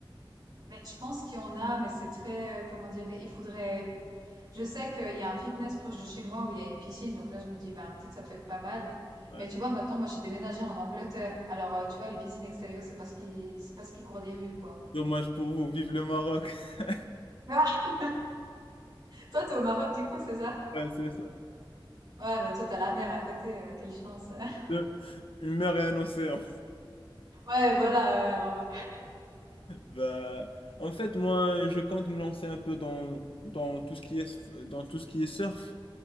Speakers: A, on the right; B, on the left.
A: mais je pense qu'il y en a, mais c'est très, euh, comment dire, il faudrait. Je sais qu'il y a un fitness proche de chez moi où il y a une piscine, donc là, je me dis, ben peut-être ça peut être pas mal.
B: Ouais.
A: Mais tu vois, maintenant, moi, j'ai déménagé en Angleterre. Alors, euh, tu vois, les piscines extérieures, c'est parce qu'ils, c'est parce qu'ils courent des rues, quoi.
B: Dommage pour vous, vive le Maroc. <laughs>
A: <laughs> Toi, t'es au Maroc, du coup, c'est ça?
B: Ouais, c'est ça.
A: Ouais, bah, toi, t'as la mer à côté, heu, quelle chance. <laughs>
B: Deux- Une mer et un océan.
A: Ouais, voilà, heu, alors, heu,
B: Bah, en fait, moi, je compte me lancer un peu dans, dans tout ce qui est, dans tout ce qui est surf,